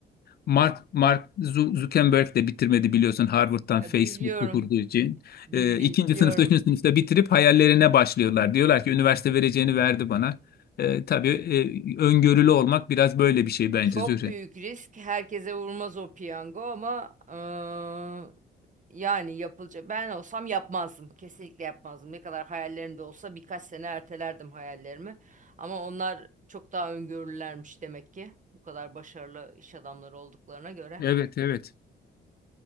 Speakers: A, on the left; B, on the right.
A: Mark, Mark Zu- Zuckerberg de bitirmedi biliyorsun Harvard'dan
B: Ya
A: Facebook'u
B: biliyorum,
A: kurduğu için.
B: bildi,
A: Ee, ikinci
B: biliyorum.
A: sınıfta, üçüncü sınıfta bitirip hayallerine başlıyorlar. Diyorlar ki üniversite vereceğini verdi bana. Ee, tabii e, öngörülü olmak biraz böyle bir şey bence
B: Çok
A: Zühre.
B: büyük risk. Herkese vurmaz o piyango ama eee, yani yapılacak. Ben olsam yapmazdım. Kesinlikle yapmazdım. Ne kadar hayallerimde olsa birkaç sene ertelerdim hayallerimi. Ama onlar çok daha öngörülermiş demek ki. Bu kadar başarılı iş adamları olduklarına göre.
A: Evet evet